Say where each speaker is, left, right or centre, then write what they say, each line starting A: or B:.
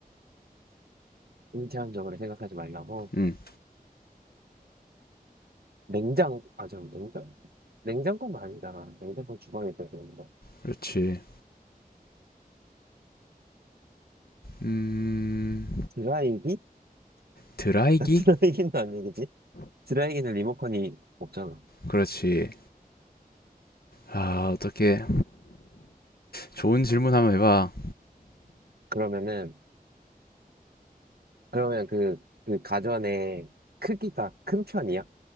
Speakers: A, on the right (about 85°); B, on the left (about 80°).
A: 인체한적으로 생각하지 말라고.
B: 음,
A: 냉장, 아, 잠깐, 냉장? 냉장고는 아니잖아. 냉장고 주방에 있어야 되는데.
B: 그렇지. 음,
A: 드라이기?
B: 드라이기?
A: <laughs> 드라이기는 아니겠지? 드라이기는 리모컨이 없잖아.
B: 그렇지. 아, 어떻게 좋은 질문 한번 해봐.
A: 그러면은, 그러면 그, 그 가전의 크기가 큰 편이야?